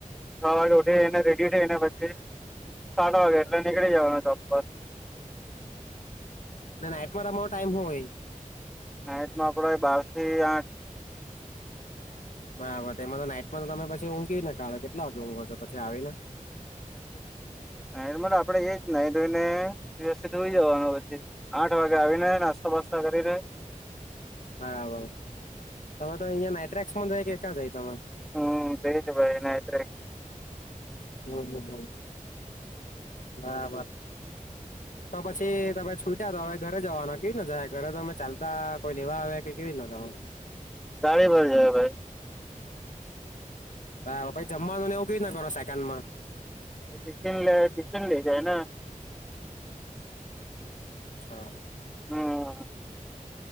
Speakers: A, in the centre; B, on the left.
A: વાગે ઉઠીને રેડી થઈને પછી સાડા વાગે એટલે કે જવાના ટર
B: ના ના એટવા અમારો ટાઈમ હોય
A: નાઇટમાં આપડ બાર થી આઠ
B: બરાબર તેમાં તો નાઈટમાં તો તમે પછી ઊંઘને કાળો કેટલા વાગે ઊંઘો છો પછી આવી ને
A: નાઈટમાં આપડે એજ નાઈ ધોઈને વ્યવસ્થિત હુઈ જવાનું પછી આઠ વાગે આવીને નાસ્તા પાસ્તા કરી રે
B: બરાબર તમે તો અહિયાં નાટ્રે ને જાય કે ક્યાં જાય ત તમામે
A: હમ બેજ ભાઈ એનત
B: હમ હમ હમ બરાબર ત પછી તમે છૂટ્યા તો હવે ઘરે જવાનું કેવી ના જાય ઘરે તોમે ચાલતા કોઈ લેવા આવ કે કેવી ર ના જાવ
A: તાડી ભર જાય ભાઈ
B: હા પછી જમવાનુંને એવું ક ના કરો સેકન્ડ માં
A: ટિફન લે ટિશન લે જાય
B: અ્છા
A: હમ